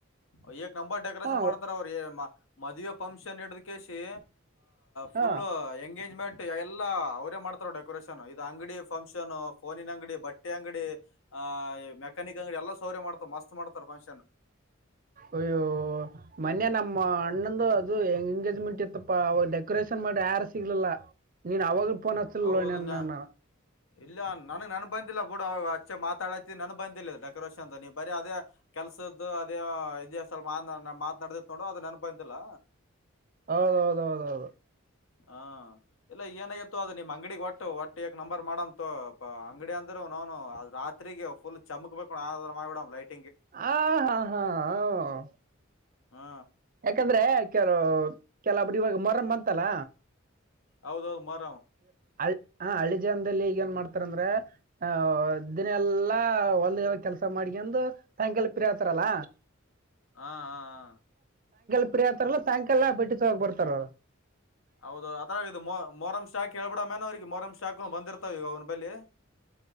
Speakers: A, on the left; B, on the right.
A: ಅಯ್ಯೇ ಕಂಬಾ ಡೆಕೋರೇಷನ್
B: ಹಾ
A: ಮಾಡ್ತಾರ್ ಅವ್ರ್ ಯೆ ಯಮ್ಮ ಮದುವೆ ಫಂಕ್ಷನ್ ಹಿಡ್ ಕೆಸಿ ಫುಲ್
B: ಹಾ
A: ಎಂಗೇಜ್ಮೆ ಟ್ ಎಲ್ಲ ಅವ್ರೇ ಮಾಡ್ತಾರೆ ಡೆಕೋರೇಷನ್. ಇದು ಅಂಗಡಿ ಫಂಕ್ಷನ್ ಫೋನಿನ ಅಂಗಡಿ ಬಟ್ಟೆ ಅಂಗಡಿ ಆ ಈ ಮೆಕ್ಯಾನಿಕ್ ಅಂಗಡಿ ಎಲ್ಲ ಸೌರ್ಯ ಮಾಡ್ತಾರೆ ಮಸ್ತ್ ಮಾಡ್ತಾರೆ ಫಂಕ್ಷನ್.
B: ಅಯ್ಯೋ ಮನ್ನೆ ನಮ್ಮ ಅಣ್ಣಂದು ಅದು ಎಂಗೇಜ್ಮೆಂಟ್ ಇತ್ತಪ್ಪ ಅವ ಡೆ ಕೋರೇಷನ್ ಮಾಡ್ ಯಾರು ಸಿಗ್ಲಲ್ಲ. ನೀನ್ ಅವಾಗ ಫೋನ್ ಹಚ್ಚಲಿಲ್ಲ
A: ಹೌದನ್ನ
B: ನೀನು ನಾನು
A: ಇಲ್ಲ ನನಗ್ ನೆನ್ಪಂತಿಲ್ಲ ಪೂಡ ಅವ ಮುಂಚೆ ಮಾತಾಡತಿ ನನ್ಗ್ ಬಂದಿಲ್ಲ ಡೆಕೋರೇಷನ್ ಅಂತ ನೀ ಬರೀ ಅದೇ ಕೆಲ್ಸದ್ದ ಅದೇ ಇದೇ ಸಲ್ ಮಾತ ಮಾತನಾಡ್ದ ನೋಡು ಅದ ನನ್ಗ್ ಬಂದಿಲ್ಲ
B: ಹೌದೌದೌದೌದು
A: ಹಾ ಇಲ್ಲ ಏನಾಗಿತ್ತು ಅದು ನಿಮ್ಮ್ ಅಂಗಡಿ ಒಟ್ಟು ಒಟ್ಟು ನಂಬರ್ ಮಾಡ್ ಅಂಗಡಿ ಅಂದ್ರು ನನು ರಾತ್ರಿಗೆ ಫುಲ್ ಚಮಕ್ಬೇಕು ಮಾಡಿಡ ಲೈಟ್
B: ಆ ಹಾ ಹಾ ಹ
A: ಹಾ
B: ಯಾಕಂದ್ರೆ ಕೆಲ ಕೆಲೊಬ್ರು ಇವಾಗ ಮರಮ ಬಂತಲ್ಲ
A: ಹೌದೌದು ಮತ್
B: ಅ <unintelligible> ಹ ಹಳ್ಳಿ ಜನ್ದಲ್ಲಿ ಈಗ ಏನ್ ಮಾಡ್ತಾರಂದ್ರೆ ಆ ದಿನ ಎಲ್ಲಾ ಒಲ್ ಕೆಲ್ಸ ಮಾಡ್ಕಂದು ಸಾಯಂಕಾಲ ಪ್ರರಿ ಆತಾರಲ್ಲ
A: ಹಾ ಹಾ ಹಾ
B: ್ರಿ ಆತಾರಲ್ಲ ಸಾಯಂಕಾಲ ಬಿಟ್ಟಿ ಹೋಗಿ ಬರ್ತಾರರು
A: ಹೌದು ಅರ ಇದು ಮ ಮೊರಂ ಕೇಳಬಡ ಮೇನ್ ಅವಿಗೆ ಮೊರಂ್ ಶಾಕ್ ಬಂದಿರ್ತಾವ ಈವ ಅವನ ಬಲ್ಲಿಿ